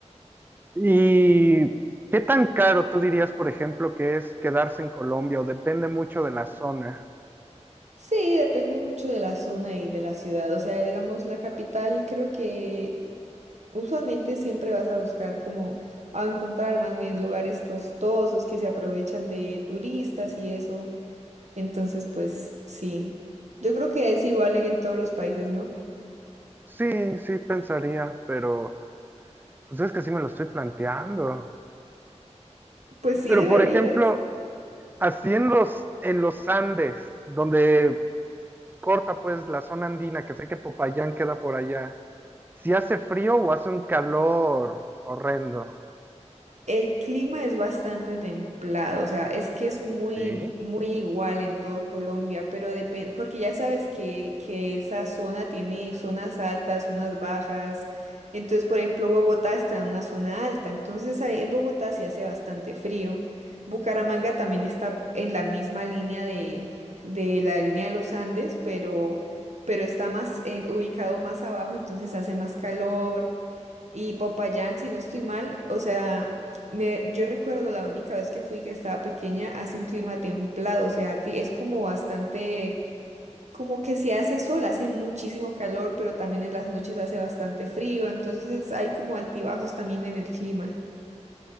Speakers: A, on the right; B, on the right.
A: ¿Y qué tan caro tú dirías, por ejemplo, que es quedarse en Colombia o depende mucho de la zona?
B: Sí, depende mucho de la zona y de la ciudad. O sea, digamos, la capital creo que Usualmente siempre vas a buscar como a encontrar más bien lugares costosos que se aprovechan de turistas y eso. Entonces, pues sí, yo creo que es igual en todos los países, ¿no?
A: Sí, sí, pensaría, pero pues es que sí me lo estoy planteando.
B: Pues sí
A: Pero,
B: deberías.
A: por ejemplo, así en los, en los Andes, donde corta pues la zona andina, que sé que Popayán queda por allá, si hace frío o hace un calor horrendo.
B: El clima es bastante templado, o sea, es que es muy,
A: Sí.
B: muy igual en todo Colombia, pero depende, porque ya sabes que, que esa zona tiene zonas altas, zonas bajas. Entonces, por ejemplo, Bogotá está en una zona alta, entonces ahí en Bogotá sí hace bastante frío. Bucaramanga también está en la misma línea de, de la línea de los Andes, pero, pero está más, eh, ubicado más abajo, entonces hace más calor. Y Popayán, si no estoy mal, o sea, me, yo recuerdo la única vez que fui que estaba pequeña, hace un clima templado, o sea, ti- es como bastante, como que si hace sol, hace muchísimo calor, pero también en las noches hace bastante frío, entonces es- hay como altibajos también en el clima.